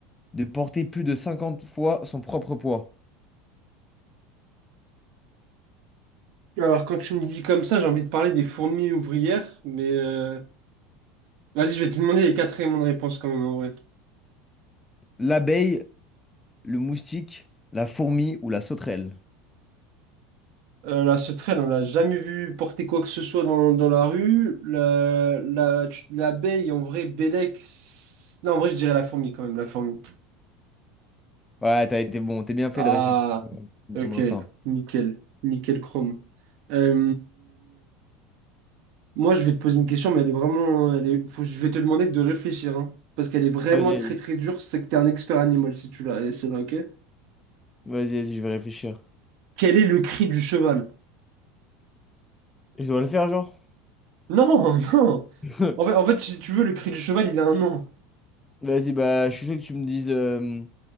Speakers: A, on the left; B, on the right.
A: de porter plus de 50 fois son propre poids?
B: Alors, quand tu me dis comme ça, j'ai envie de parler des fourmis ouvrières, mais euh, Vas-y, je vais te demander les quatre éléments de réponse quand même en vrai.
A: L'abeille, le moustique, la fourmi ou la sauterelle?
B: Euh, la sauterelle, on l'a jamais vu porter quoi que ce soit dans, dans la rue. La, la, tu- l'abeille, en vrai, Bélec. c'est- Non, en vrai, je dirais la fourmi quand même, la fourmi.
A: Ouais, t'as été bon. T'es bien fait
B: Ah,
A: de rester sur ton,
B: ok,
A: ton instinct.
B: nickel, nickel chrome. Euh, moi, je vais te poser une question, mais elle est vraiment. Elle est, faut- je vais te demander de réfléchir, hein, parce qu'elle est vraiment
A: Vas-y,
B: très
A: vas-y,
B: très dure. C'est que t'es un expert animal si tu l'as, c'est là, ok?
A: Vas-y, vas-y, je vais réfléchir.
B: Quel est le cri du cheval?
A: Je dois le faire, genre?
B: Non, non.
A: <laughs>
B: En fait, en fait, si tu veux, le cri du cheval, il a un nom.
A: Vas-y, bah, je suis sûr que tu me dises euh,